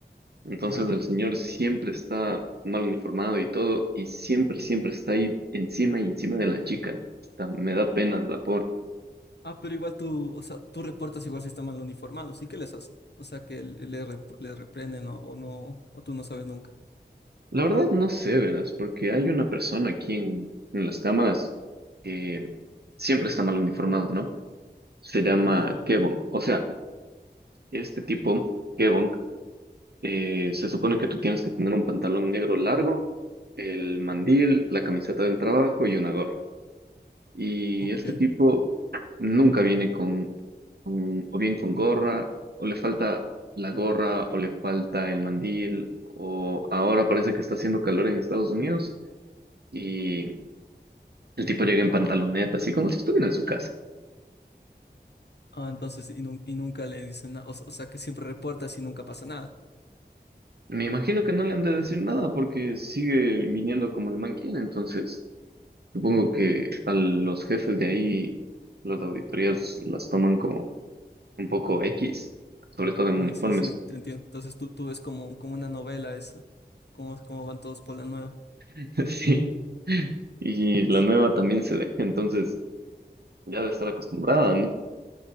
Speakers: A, on the right; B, on the left.
A: Entonces
B: ya.
A: el señor siempre está mal uniformado y todo, y siempre, siempre está ahí encima y encima de la chica. Hasta me da pena de la pobre.
B: Ah, pero igual tú, o sea, tú reportas igual si están mal uniformados, ¿y qué les hacen? O sea, que le, le rep- le reprenden o, o no, o tú no sabes nunca,
A: La verdad no sé, verás, porque hay una persona aquí en, en las cámaras que siempre está mal uniformado, ¿no? se llama
B: ya.
A: Kebon. O sea, este tipo, Kebon, eh, se supone que tú tienes que tener un pantalón negro largo, el mandil, la camiseta del trabajo y una gorra. Y
B: Ok.
A: este tipo nunca viene con, con- o bien con gorra, o le falta la gorra, o le falta el mandil, o ahora parece que está haciendo calor en Estados Unidos y el tipo llega en pantaloneta, así como si estuviera en su casa.
B: Ah, entonces, y, nun- y nunca le dicen nada, o, s- o sea, que siempre reportas y nunca pasa nada.
A: Me imagino que no le han de decir nada porque sigue viniendo como el man quiere, entonces supongo que a los jefes de ahí las auditorías las toman como un poco X, sobre todo en
B: Ah,
A: uniformes.
B: sí, sí, te entiendo. Entonces tú, tú ves como, como una novela eso, cómo, cómo van todos por la nueva.
A: <laughs> Sí. Y la
B: sí
A: nueva también se deja, entonces ya debe estar acostumbrada, ¿no?